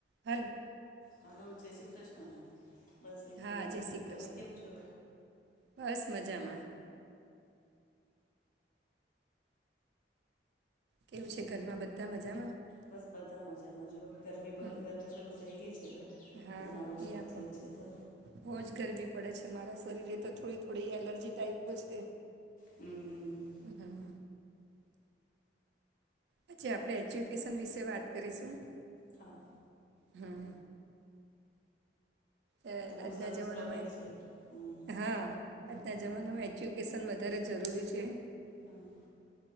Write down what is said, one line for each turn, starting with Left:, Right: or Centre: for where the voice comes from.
Right: બલ
Left: હલો જય શ્રી કૃષ્ણ બસ એકદમ
Right: હા
Left: મજામાં.
Right: જય શ્રી કૃષ્ણ
Left: તમે કેમ છો?
Right: બસ મજામાં. કેવું છે ઘરમાં બધા. મજામાં
Left: બસ બધા મજામાં જોને. ગરમી બ
Right: હમ
Left: ગરમી શરૂ થઈ ગઈ છે હવે.
Right: હા
Left: ઉનાળો
Right: એ
Left: શરૂ
Right: પણ
Left: થયો છે તો
Right: બોજ ગર વી પડે છે મારા શરીરે તો થોડી થોડી એલર્જી ટાઈપો છે.
Left: હમ હમ હમ
Right: હમ્મ આજે આપણે એજ્યુકેશન વિશે વાત કરીશું.
Left: હા.
Right: હમ્મ. અ
Left: એ તો બહુ
Right: આજના
Left: સરસ
Right: જમાનામાં
Left: ટોપિક છે હમ
Right: હા આજના જમાનામાં એજ્યુ કેશન વધારે જરૂરી છે.
Left: હમ્મ.